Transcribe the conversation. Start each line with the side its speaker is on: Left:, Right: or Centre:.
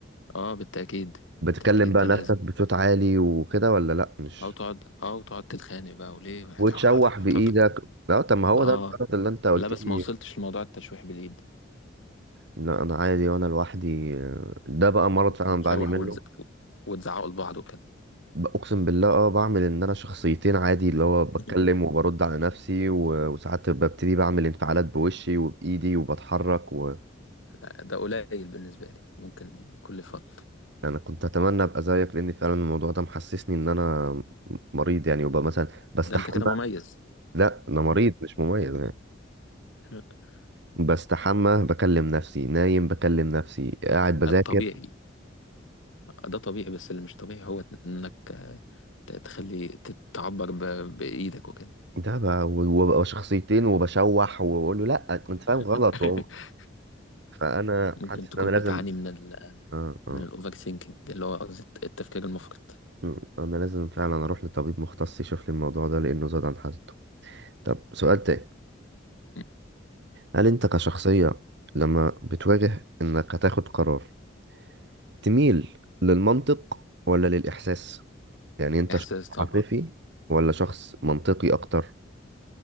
Left: اه بالتأكيد
Right: بتكلم
Left: بالتأكيد
Right: بقى
Left: ده
Right: نفسك
Left: لازم
Right: بصوت عالي وكده ولا لا مش
Left: او تقعد او تقعد تتخانق بقى وليه هتقعد
Right: وتشوح
Left: هتقعد
Right: بايدك
Left: تفضل تتخانق.
Right: لا طب ما هو
Left: اه
Right: ده المرض اللي انت قلت
Left: لا بس
Right: لي
Left: ما وصلتش لموضوع التشويح باليد ده.
Right: لا انا عادي وانا لوحدي آه، ده بقى مرض
Left: ممكن
Right: فعلا
Left: تشوح
Right: بعاني منه
Left: وتز... وتزعقوا لبعض وكده
Right: ب- اقسم بالله اه بعمل ان انا شخصيتين عادي اللي هو بتكلم
Left: <laughs>
Right: وبرد على نفسي و- وساعات ببتدي بعمل انفعالات بوشي وبايدي وبتحرك و...
Left: لا، ده قليل بالنسبة لي ممكن يعني كل فترة
Right: انا كنت اتمنى ابقى زيك لان فعلا الموضوع ده محسسني ان انا مريض يعني وبقى مثلا بستحمى
Left: ده انت كده مميز
Right: لا انا مريض مش مميز يعني
Left: <laughs>
Right: بستحمى بكلم نفسي نايم بكلم نفسي قاعد بذاكر
Left: طبيعي ده طبيعي بس اللي مش طبيعي هو انك ت- تخلي ت- تعبر ب- بإيدك وكده
Right: ده بقى وببقى شخصيتين وبشوح وبقول له لا انت فاهم غلط
Left: <laughs>
Right: وهو فانا
Left: ممكن
Right: حاسس
Left: تكون
Right: ان انا لازم
Left: بتعاني من ال
Right: آه آه
Left: من الأوفر ثينكينج اللي هو قصدي التفكير المفرط
Right: آه، انا لازم فعلا اروح لطبيب مختص يشوف لي الموضوع ده لانه زاد عن حده طب سؤال تاني
Left: م.
Right: هل انت كشخصية لما بتواجه انك هتاخد قرار تميل للمنطق ولا للاحساس يعني انت
Left: إحساس
Right: شخص
Left: طبعا
Right: عاطفي ولا شخص منطقي اكتر